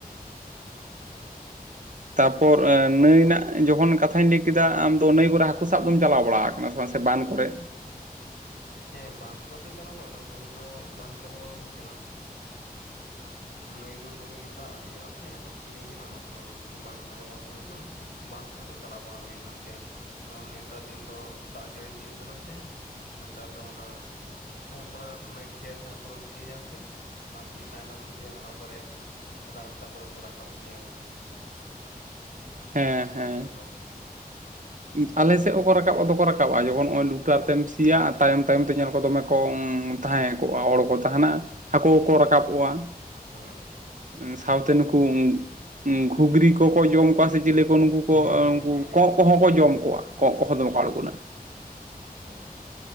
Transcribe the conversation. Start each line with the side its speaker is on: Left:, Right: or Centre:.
Right: ᱛᱟᱯᱚᱨ ᱱᱟᱹᱭ ᱨᱮᱱᱟᱜ ᱡᱚᱠᱷᱚᱱ ᱠᱟᱛᱷᱟᱧ ᱞᱟᱹᱭ ᱠᱮᱫᱟ ᱟᱢ ᱫᱚ ᱱᱟᱹᱭ ᱠᱚᱨᱮ ᱦᱟᱹᱠᱩ ᱥᱟᱵ ᱫᱚᱢ ᱪᱟᱞᱟᱣ ᱵᱟᱲᱟ ᱟᱠᱟᱱᱟ ᱥᱮ ᱵᱟᱝ ᱥᱮ ᱵᱟᱱ ᱠᱚᱨᱮ
Left: ᱦᱮᱸ ᱵᱟᱸᱫᱷ ᱠᱚᱫᱚ ᱪᱟᱞᱟᱣ ᱵᱟᱲᱟ ᱟᱠᱟᱱᱟ ᱱᱟᱹᱭ ᱫᱚ ᱵᱟᱝ ᱪᱟᱞᱟᱣ ᱵᱟᱲᱟ ᱦᱩᱭ ᱟᱠᱟᱱᱟ᱾ ᱱᱩᱭ ᱫᱚ ᱫᱚᱢᱮ ᱜᱮ ᱫᱟᱜ ᱤᱭᱟᱹᱜᱼᱟ ᱥᱮ ᱞᱤᱸᱜᱤᱱᱟ ᱚᱱᱟᱛᱮ ᱚᱱᱟᱠᱚᱛᱚ ᱵᱟᱝ ᱪᱟᱞᱟᱣ ᱵᱟᱲᱟ ᱦᱩᱭ ᱟᱠᱟᱱᱟ᱾ ᱵᱟᱸᱫ ᱠᱚᱫᱚ ᱪᱟᱞᱟᱣ ᱵᱟᱲᱟ ᱦᱩᱭ ᱠᱟᱱ ᱜᱮᱭᱟ ᱡᱮᱢᱚᱱ ᱱᱮᱛᱟᱨ ᱫᱤᱱ ᱫᱚ ᱫᱟᱜ ᱡᱟᱹᱲᱤ ᱫᱤᱱ ᱠᱟᱱᱟ ᱥᱮ ᱱᱮᱛᱟᱨ ᱫᱚ ᱚᱱᱟ ᱡᱟᱦᱟᱸ ᱠᱚ ᱢᱟᱱᱮ ᱠᱷᱮᱛ ᱡᱟᱦᱟᱸ ᱠᱚ ᱥᱤ ᱟᱥᱮ ᱚᱱᱟ ᱥᱤ ᱛᱟᱭᱱᱚᱢ ᱛᱮ ᱚᱱᱟ ᱠᱚᱨᱮ ᱨᱟᱥᱛᱟ ᱠᱚᱨᱮ ᱠᱚ ᱨᱟᱠᱟᱵ ᱜᱮᱭᱟ
Right: ᱦᱮᱸ ᱦᱮᱸ
Left: ᱟᱞᱮ ᱥᱮᱱ ᱫᱚ
Right: ᱟᱞᱮ ᱥᱮᱫ ᱦᱚᱸᱠᱚ ᱨᱟᱠᱟᱵᱼᱟ ᱫᱚᱠᱚ ᱨᱟᱠᱟᱵᱼᱟ ᱡᱚᱠᱷᱚᱱ ᱱᱚᱜᱼᱚᱭ ᱞᱩᱴᱟᱨ ᱛᱮᱢ ᱥᱤᱭᱟ ᱟᱨ ᱛᱟᱭᱚᱢ ᱛᱟᱭᱚᱢᱛᱮ ᱧᱮᱞ ᱠᱚ
Left: ᱦᱩᱸ
Right: ᱫᱚᱢᱮ ᱠᱚ ᱛᱟᱦᱮᱸ ᱠᱚᱜᱼᱟ ᱦᱚᱲ ᱠᱚ ᱛᱟᱦᱮᱱᱟ ᱦᱟᱹᱠᱩᱠᱚ ᱨᱟᱠᱟᱵᱚᱜᱼᱟ᱾
Left: ᱦᱩᱸ
Right: ᱥᱟᱶᱛᱮ ᱱᱩᱠᱩ ᱜᱷᱩᱜᱽᱨᱤ ᱠᱚᱠᱚ ᱡᱚᱢ ᱠᱚᱣᱟ ᱥᱮ ᱪᱮᱞᱮ ᱠᱚ ᱱᱩᱠᱩ
Left: ᱦᱩᱸ
Right: ᱠᱚ ᱩᱱᱠᱩ
Left: ᱦᱩᱸ ᱦᱩᱸ
Right: ᱠᱚᱸᱜ
Left: ᱦᱩᱸ
Right: ᱠᱚᱦᱚᱸ ᱠᱚ ᱡᱚᱢ ᱠᱚᱣᱟ᱾
Left: ᱠᱚᱸᱜ
Right: ᱠᱚᱦᱚᱸ
Left: ᱠᱚ
Right: ᱫᱚᱢᱮ ᱟᱬᱜᱚᱱᱟ
Left: ᱦᱩᱸ